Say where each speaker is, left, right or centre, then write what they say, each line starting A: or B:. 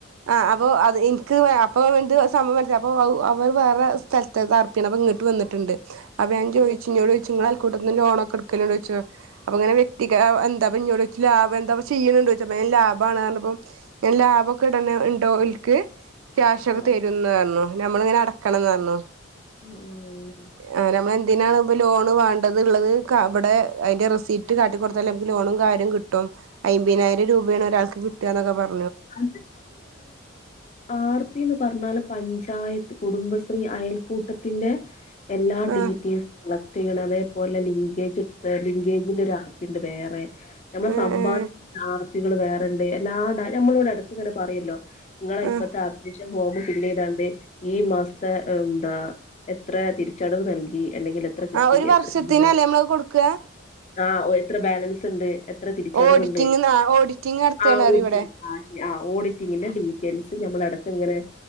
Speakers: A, on the right; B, on the left.
A: ആ അപ്പോ അത് ഇൻക്ക് അപ്പൊ എന്ത് സംഭംമൻസിലാ അപ്പോ അവര് വേറെ സ്ഥലത്താ ഇത് ആർപ്പാണ് അപ്പോ ഇങ്ങട്ട് വന്നിട്ട ണ്ട് അപ്പ ഞാൻ ചോയ്ച്ചു
B: ആഹ്
A: ഇന്നോടൊയ്ച്ചു ഇങ്ങളെ അയൽ കൂട്ടത്തിന്ന് ലോണൊക്കെ എട്ക്കല്ണ്ടോയ്ച്ചു അപ്പൊ ഇങ്ങനെ വ്യക്തികത എന്താ എന്നോടൊയ്ച്ചു ലാഭഎന്താ ചെയ്യ്ണണ്ടോയ്ച്ചു ലാഭാണർഞ്ഞപ്പ ഇങ്ങെനെ ലാഭൊക്കെ ഇട്ണേ ണ്ടോൽക്ക് ക്യാഷൊക്കെ
B: ആഹ്
A: തരുംന്നർഞ്ഞു നമ്മളിങ്ങനെ അടക്കണംന്നർഞ്ഞു
B: ആഹ് ആഹ്
A: ആ നമ്മളെന്തിനാ ഇപ്പൊ ലോണ് വാ ണ്ട്ള്ളത് ഇവടെ ഐന്റെ റെസീറ്റ് കാട്ടികൊട്ത്താല് നമക്ക് ലോണും കാര്യും കിട്ടും ഐമ്പീനായിരം രൂപ വേണം ഒരാൾക്ക്കിട്ടാ ന്നൊക്കെ പറ
B: <unintelligible> ആർപ്പീന്ന് പറഞ്ഞാല് പഞ്ചായത്ത് കുടുംബശ്രീ അയൽക്കൂട്ടത്തിന്റെ എല്ലാ ഡീറ്റെൽസ്
A: ആഹ്
B: അതേപോലെ ലിങ്കേജൊക്കെ ലിങ്കേജിനൊരാർപ്പിണ്ട് വേറെ നമ്മടെ
A: ആഹ്
B: സമ്പാദിക്കുന്ന
A: ആഹ്
B: ആർപ്പികള് വേറെണ്ട് എല്ലാ ഡാ നമ്മളോടെ എടക്ക്ങ്ങനെ പറയല്ലോ നിങ്ങളെ
A: ആഹ്
B: ഇപ്പത്തെ അപ്ലിലിയേഷം ഫോമ് പിന്നെ ഇതാണ്ട് ഈ മാസത്തെ എന്താ എത്ര തിരിച്ചടവ് നൽകി എല്ലെങ്കി എത്ര കിട്ടി
A: ആ ഒരു
B: എത്രണ്ട്
A: വർഷത്തിനല്ലേ നമ്മള് കൊടുക്കുക
B: ആ എത്ര ബാലൻസ്ണ്ട് ഏത്ര തിരിച്ചടവ്ണ്ട്
A: ഓഡിറ്റിംഗ് ഓഡിറ്റിംഗ് നടത്തുകാണ്
B: ആ
A: പറയും
B: ഓഡിറ്റിംഗ്
A: ഇവിടെ
B: ആ ശെരി ഓഡിറ്റിങ്ങിന്റെ ഡീറ്റെയിൽസ് ഞമ്മളടക്ക്ങ്ങനെ